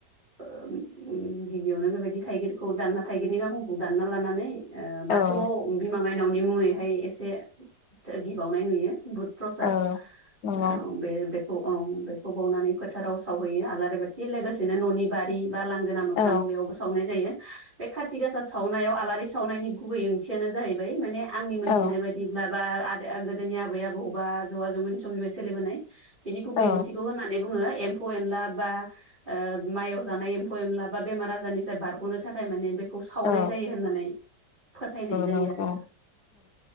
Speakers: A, on the right (about 30°); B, on the left (about 70°).
A: गिबियावनो बेबायदि थाइगिरखौ दानना थाइगिरनि गांखंखौ दानना लानानै ओ
B: औ
A: बाथौआव बिमा मायनावनि मुङैहाय एसे गि बावनाय नुयो बुध प्रसाद
B: औ नंगौ
A: ओ बे औ बेखौ बावनानै फोथाराव सावहैयो आलारि बाथि लोगोसेनो न'नि बारि बा लांगोना मोखां
B: औ
A: बेयावबो सावनाय जायो बे खाथि गासा सावनायाव आलारि सावनायनि गुबै ओंथियानो जाहैबाय माने आंनि मिथिनाय
B: औ
A: बायदिब्ला बा गोदोनि आबै आबौबा आजौ आजौमोननि समनिफ्राय सोलिबोनाय बिनि गुबै
B: औ
A: ओंथिखौ होननानै बुङो एम्फौ एनला बा ओ माइयाव जानाय एम्फौ एनला बा बेमार आजारनिफ्राय बारग'नो थाखाय माने बे खौ सावनाय
B: औ
A: जायो होननानै फोथायनाय जायो
B: नंगौ
A: आरो